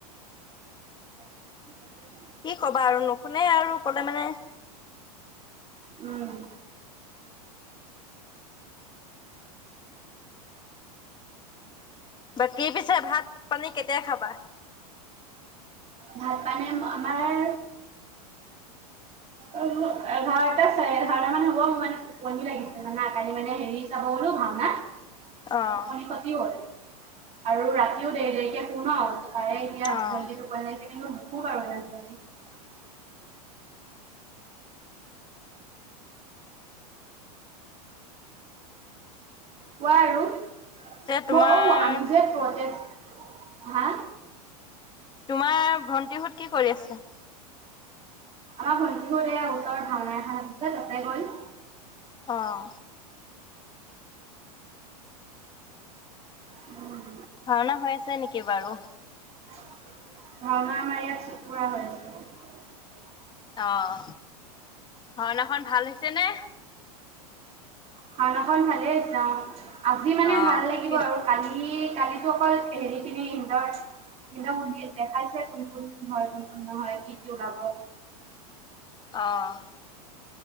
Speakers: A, on the right (about 30°); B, on the left (about 20°).
A: <inaudible>
B: কি কবা, আৰু নুশুনে আৰু কলে মানে,
A: উম,
B: বাকী পিছে ভাত- পানী কেতিয়া খাবা?
A: ভাত - পানী আমাৰ অ-এঘাৰটা, চাৰে এঘাৰটা মান হ'ব। মানে টোপনি লাগিছে যানা কালি মানে হেৰি চাব 'গলো ভাওনা। টোপনি
B: অ',
A: খটি হল। আৰু ৰাতিও দেৰি দেৰিকে শু, ন '। তাৰে এতিয়া
B: অ',
A: জল্দি টোপনি লাগিছে কেনেকৈ খাওঁ। <unintelligible> কোৱা আৰু-
B: পিছে তোমাৰ
A: ম-অউ আমি যে সৰুতে- হা-
B: তোমাৰ ভণ্টিহত কি কৰি আছে?
A: আমাৰ ভণ্টিহত এয়া ওচৰৰ ভাওনা এখন আছে তাতে গ'ল।
B: অ, -
A: উম,
B: ভাওনা হৈ আছে নেকি বাৰু?
A: ভাওনা মাৰি‌‌য়াত চুকুৰা হৈ আছে।
B: আহ, ভাওনাখন ভাল হৈছে নে?
A: ভাওনাখন ভালেই হৈছে। অ ', আজি মানে
B: অ',
A: ভাল
B: ঠিকে
A: লাগিব আৰু কালি - কালি, যিসকল হেৰিখিনি ইন্টাৰভিউ - ইন্টাৰভিউ সুধি দেখাইছে কোন -কোন হয়, কোন- কোন নহয় কি কি ওলাব।
B: অহ,